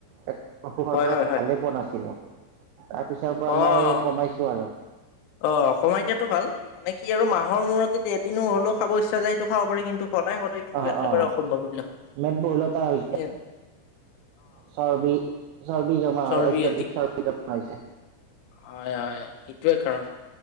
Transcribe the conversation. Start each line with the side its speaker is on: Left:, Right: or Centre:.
Right: অসুখৰ
Left: হয়
Right: পৰা
Left: হয় হয়
Right: ভালেই পোৱা নাছিলোঁ, তাৰপিছৰ পৰা
Left: অ
Right: মই কমাইছোঁ আৰু।
Left: অ' কমাই দিয়াতো ভাল। মানে কি আৰু মাহৰ মূৰত যদি এদিনো হ'লেও খাব ইচ্ছা য়ায় সেইটো খাব পাৰি। কিন্তু সদায় সদায় কিন্তু
Right: অ
Left: একেবাৰে
Right: অ
Left: অসম্ভৱ এইবিলাক
Right: মেদ বহুলতা হৈছে
Left: সেয়
Right: চৰ্বি চৰ্বি জমা
Left: চৰ্বি
Right: হয়। অত্যাধিক
Left: অধিক
Right: চৰ্বি জমা হৈছে।
Left: হয় হয় সেইটোৱে কাৰণ,